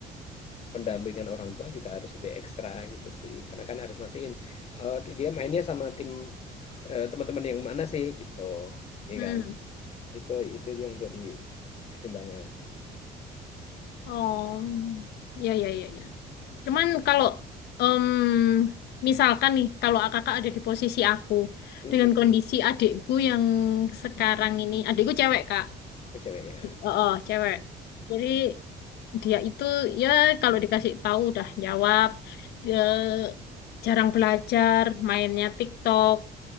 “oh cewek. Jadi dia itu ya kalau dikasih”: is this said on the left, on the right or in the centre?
Left